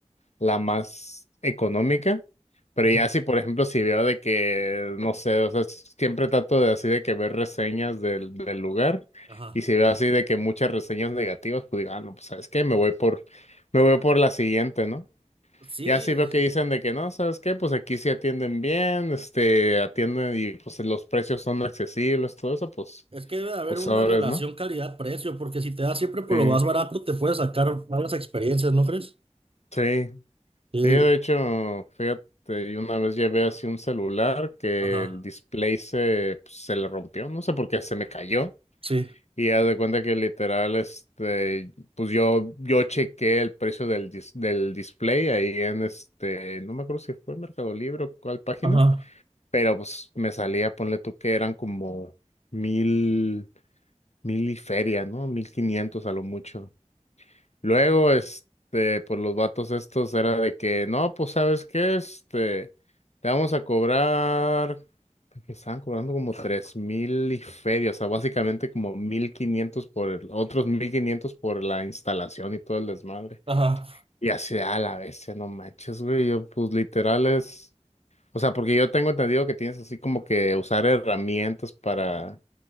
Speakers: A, on the left (about 70°); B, on the right (about 50°).
A: la más económica. Pero
B: ujú,
A: ya si, por ejemplo, si veo de que, no sé, o sea, s- siempre trato de así de que ver reseñas del, del lugar.
B: Ajá.
A: Y si veo así de que muchas reseñas negativas, pues digo, ah, no, pues sabes qué, me voy por, me voy por la siguiente, ¿no?
B: Sí,
A: Ya sí veo que dicen de que no, ¿sabes qué? Pues aquí sí atienden bien, este, atienden y pues los precios son accesibles, todo eso, pues,
B: Es que debe de haber
A: pues
B: una
A: sabes,
B: relación
A: ¿no?
B: calidad-precio, porque si te das siempre por
A: Sí,
B: lo más barato, te puedes sacar malas experiencias, ¿no crees?
A: sí, sí,
B: Sí,
A: de hecho, fíjate, yo una vez llevé así un celular que
B: ajá,
A: el display se, pues, se le rompió, no sé por qué, se me cayó.
B: sí,
A: Y haz de cuenta que literal, este, pues yo, yo chequé el precio del, dis- del display ahí en este, no me acuerdo si fue Mercado Libre o cuál página.
B: ajá,
A: pero pues me salía, ponle tú que eran como mil, mil y feria, ¿no? Mil quinientos a lo mucho. Luego, este, pues los vatos estos era de que, no, pues sabes qué, este, te vamos a cobrar, que estaban cobrando como tres mil y feria, o sea, básicamente como mil quinientos por el, otros mil quinientos por la instalación y todo el desmadre.
B: ajá.
A: Y así, a la bestia, no manches, güey, yo pues literal es... O sea, porque yo tengo entendido que tienes así como que usar herramientas para,